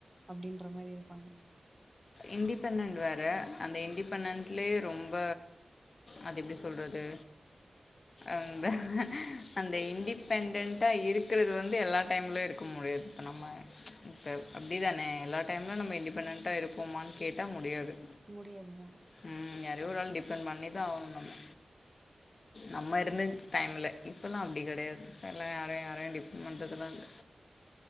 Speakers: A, on the right; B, on the left.
A: அப்டின்ற மாரி இருப்பாங்க
B: இன்டிபெண்டன்ட் வேற அந்த இன்டிபெண்டன்ட்லே ரொம்ப அது எப்டி சொல்றது அந்த அந்த இன்டிபெண்டண்ட்டா இருக்குறது வந்து எல்லா டைம்லயு இருக்க முடியாது இப்ப நம்ம இப்ப அப்டிதானே எல்லா டைம்லு நம்ம இன்டிபெண்டன்ட்டா இருப்போமான் கேட்டா முடியாது
A: முடியாதுதா
B: ம் யாரையோ ஒரு ஆள் டிஃபண் பண்ணிதா ஆவணு நம்ம நம்ம இருந்த டைமுல இப்பலா அப்டி கெடையாது எல்லா யாரையு யாரையு டிஃபண் பண்றதுலா இல்ல